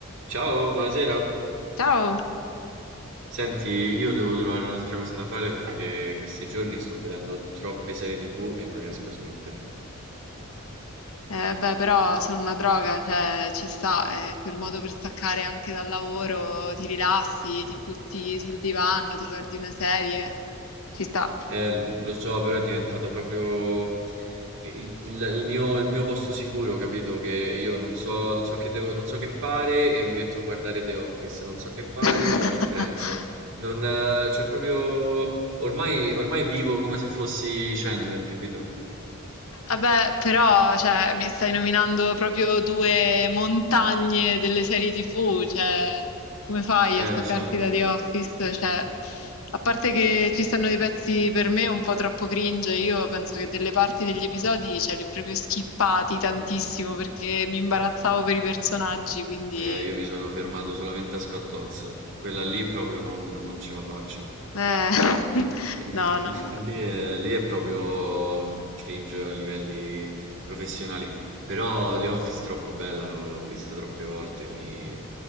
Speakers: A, on the right (about 55°); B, on the left (about 70°).
A: Ciao, buonasera.
B: Ciao!
A: Senti, io devo trovare un'altra cosa da fare perché questi giorni sto vedendo troppe serie TV e non riesco a smettere.
B: Eh, beh, però sono una droga, cioè ci sta, è quel modo per staccare anche dal lavoro, ti rilassi, ti butti sul divano, ti guardi una serie, ci sta.
A: Eh, lo so, però è diventato proprio il, il- il mio, il mio posto sicuro, capito? Che io non so, non so che devo, non so che fare e mi metto a guardare The Office, non so che fare
B: <laughs>
A: e guardo Friends. Non, eh, cioè proprio ormai, ormai vivo come se fossi Chandler, capito?
B: Vabbè, però, cioè, mi stai nominando proprio due montagne delle serie TV, cioè, come fai
A: Eh,
B: a staccarti
A: lo so.
B: da The Office? Cioè, a parte che ci stanno dei pezzi per me un po' troppo cringe, io penso che delle parti degli episodi, cioè, li ho proprio skippati tantissimo perché mi imbarazzavo per i personaggi, quindi...
A: Eh, io mi sono fermato solamente a Scott Oz. Quella lì proprio non, non ce la faccio.
B: eh, <laughs>
A: <laughs>
B: no, no.
A: Lì è, lì è proprio cringe a livelli professionali. Però The Office troppo bella, no? l'ho vista troppe volte, mi...